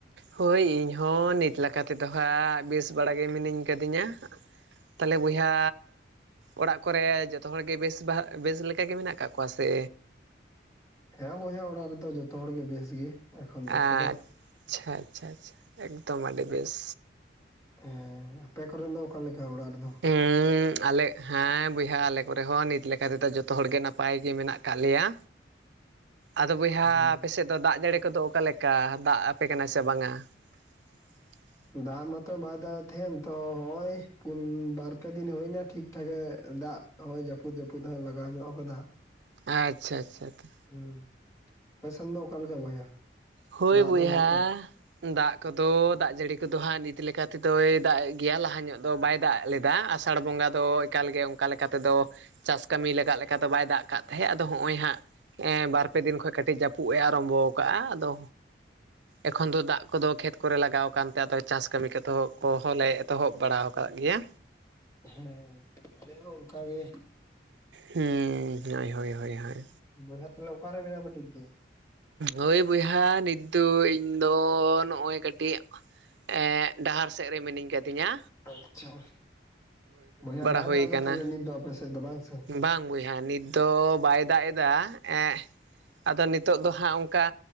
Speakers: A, on the right (about 70°); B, on the left (about 15°).
A: ᱦᱳᱭ ᱤᱧᱦᱚ ᱱᱤᱛ ᱞᱮᱠᱟᱛᱮᱫᱚ ᱦᱟᱸᱜ ᱵᱮᱥ ᱵᱟᱲᱟᱜᱮ ᱢᱤᱱᱟᱹᱧ ᱠᱟᱹᱫᱤᱧᱟ᱾ ᱛᱟᱞᱮ ᱵᱚᱭᱦᱟ ᱚᱲᱟᱜ ᱠᱚᱨᱮ ᱡᱚ ᱡᱚᱛᱚ ᱦᱚᱲᱜᱮ ᱵᱮᱥ ᱵᱟᱦᱟ ᱵᱮᱥ ᱞᱮᱠᱟᱜᱮ ᱢᱮᱱᱟᱜ ᱟᱠᱜ ᱠᱚᱣᱟ ᱥᱮ?
B: ᱦᱮᱸ ᱵᱚᱭᱦᱟ ᱚᱲᱟᱜ ᱨᱮᱫᱚ ᱡᱚᱛᱚ ᱦᱚᱲ ᱜᱮ ᱵᱮᱥ ᱜᱮ᱾ ᱮᱠᱷᱚᱱ ᱫᱚ
A: ᱮᱻ
B: ᱠᱷᱚᱫᱟ
A: ᱪᱷᱟ ᱪᱷᱟ ᱟᱪᱪᱷᱟ ᱮᱠᱫᱚᱢ ᱟᱹᱰᱤ ᱵᱮᱥ᱾
B: ᱦᱮᱸ ᱟᱯᱮ ᱠᱚᱨᱮᱫ ᱫᱚ ᱱᱚᱠᱟ ᱞᱮᱠᱟ ᱚᱲᱟᱜ ᱨᱮ ᱫᱚ?
A: ᱦᱩᱸᱻ ᱟᱞᱮ, ᱦᱮᱸ ᱵᱚᱭᱦᱟ ᱟᱞᱮ ᱠᱚᱨᱮᱦᱚ ᱱᱤᱛ ᱞᱮᱠᱟᱛᱮᱫᱚ ᱡᱚᱛᱚ ᱦᱚᱲᱜᱮ ᱱᱟᱯᱟᱭ ᱜᱮ ᱢᱮᱱᱟᱜ ᱟᱠᱟᱜ ᱞᱮᱭᱟ᱾ ᱟᱫᱚ ᱵᱚᱭᱦᱟ
B: ᱦᱩᱸ
A: ᱟᱯᱮ ᱥᱮᱫ ᱫᱚ ᱫᱟᱜ ᱡᱟᱹᱲᱤ ᱠᱚᱫᱚ ᱚᱠᱟᱞᱮᱠᱟ ᱫᱟᱜ ᱟᱯᱮ ᱠᱟᱱᱟ ᱥᱮ ᱵᱟᱝᱟ-ᱟ? <unintelligible>
B: ᱫᱟᱜ ᱢᱟᱛᱚ ᱵᱟᱭ ᱫᱟᱜ ᱛᱟᱦᱮ-ᱟ ᱱᱤᱛᱚ ᱦᱚᱳᱭ ᱯᱩᱱ ᱵᱟᱨᱯᱮ ᱫᱤᱱ ᱦᱩᱭ ᱱᱟ ᱴᱷᱤᱠᱴᱷᱟᱠᱮ ᱫᱟᱜ ᱦᱳᱭ ᱡᱟᱹᱯᱩᱫ ᱡᱟᱹᱯᱩᱫ ᱦᱟᱸᱜ ᱞᱟᱜᱟᱣ ᱧᱚᱜ ᱟᱠᱟᱫᱟ ᱦᱟᱜ᱾
A: ᱟᱪᱪᱷᱟ ᱟᱪᱪᱷᱟ ᱛᱚ,
B: ᱦᱩᱸ ᱯᱮ ᱥᱮᱱ ᱫᱚ ᱚᱠᱟᱞᱮᱠᱟ ᱵᱚᱭᱦᱟ?
A: ᱦᱳᱭ
B: ᱫᱟᱜ
A: ᱵᱚᱭᱦᱟ,
B: ᱫᱚ ᱦᱩᱭᱩᱜ ᱠᱟᱱᱟ?
A: ᱫᱟᱜ ᱠᱚᱫᱚ ᱫᱟᱜ ᱡᱟᱹᱲᱤ ᱠᱚᱫᱚ ᱦᱟᱸᱜ ᱱᱤᱫᱤ ᱞᱮᱠᱟ ᱛᱮᱫᱚᱭ ᱫᱟᱜ-ᱮᱜ ᱜᱮᱭᱟ ᱞᱟᱦᱟ ᱧᱚᱜ ᱫᱚ ᱵᱟᱭ ᱫᱟᱜ ᱞᱮᱫᱟ᱾ ᱟᱥᱟᱲ ᱵᱚᱸᱜᱟ ᱫᱚ ᱮᱠᱟᱞᱜᱮ ᱚᱱᱠᱟ ᱞᱮᱠᱟᱛᱮᱫᱚ ᱪᱟᱥ ᱠᱟᱹᱢᱤ ᱞᱟᱜᱟᱜ ᱞᱮᱠᱟ ᱫᱚ ᱵᱟᱭ ᱫᱟᱜ ᱠᱟᱜ ᱛᱟᱦᱮᱸᱫ ᱟᱫᱚ ᱦᱚᱸᱜᱼᱚᱭ ᱦᱟᱸᱜ, ᱦᱮ ᱵᱟᱨᱯᱮ ᱫᱤᱱ ᱠᱷᱚᱱᱚᱡ ᱠᱟᱹᱴᱤᱡ ᱡᱟᱹᱯᱩᱜ-ᱮ ᱟᱨᱟᱢᱵᱚ ᱠᱟᱜᱼᱟ ᱟᱫᱚ ᱮᱠᱷᱚᱱ ᱫᱚ ᱫᱟᱜ ᱠᱚᱫᱚ ᱠᱷᱮᱛ ᱠᱚᱨᱮ ᱞᱟᱜᱟᱣ ᱠᱟᱱᱛᱮ ᱟᱫᱚ ᱪᱟᱥ ᱠᱟᱹᱢᱤ ᱠᱮᱛᱚᱦᱚᱵ ᱠᱚᱦᱚᱸ ᱞᱮ ᱮᱛᱚᱦᱚᱵ ᱵᱟᱲᱟ ᱠᱟᱜ ᱜᱮᱭᱟ᱾
B: ᱦᱮᱸ ᱟᱞᱮ ᱦᱚᱸ ᱚᱱᱠᱟᱜᱮ,
A: ᱦᱩᱸ ᱦᱳᱭ ᱦᱳᱭ ᱦᱳᱭ ᱦᱟᱭ,
B: ᱵᱚᱭᱦᱟ ᱛᱟᱦᱮᱞᱮ ᱚᱠᱟᱨᱮ ᱢᱮᱱᱟ ᱱᱤᱫ ᱫᱚ?
A: ᱦᱳᱭ ᱵᱚᱭᱦᱟ ᱱᱤᱛ ᱫᱚ ᱤᱧ ᱫᱚ ᱱᱚᱜ ᱚᱜ-ᱚᱭ ᱠᱟᱹᱴᱤᱜ ᱮᱸᱻ ᱰᱟᱦᱟᱨ ᱥᱮᱜ ᱨᱮ ᱢᱤᱱᱟᱹᱧ ᱠᱟᱹᱫᱤᱧᱟ᱾
B: ᱟᱪᱪᱷᱟ ᱵᱚᱭᱦᱟ ᱵᱟᱭ
A: ᱦᱩᱭ
B: ᱫᱟᱜ ᱮᱫᱟ
A: ᱠᱟᱱᱟ
B: ᱛᱟᱦᱚᱞᱮ ᱱᱤᱛ ᱫᱚ ᱟᱯᱮ ᱥᱮᱫ ᱫᱚ ᱵᱟᱝ ᱥᱮ?
A: ᱵᱟᱝ ᱵᱚᱭᱦᱟ ᱱᱤᱛ ᱫᱚ ᱵᱟᱭ ᱫᱟᱜ ᱮᱫᱟ ᱮᱜ ᱟᱫᱚ ᱱᱤᱛ, ᱱᱤᱛᱚᱜ ᱫᱚ ᱦᱟᱸᱜ ᱚᱱᱠᱟ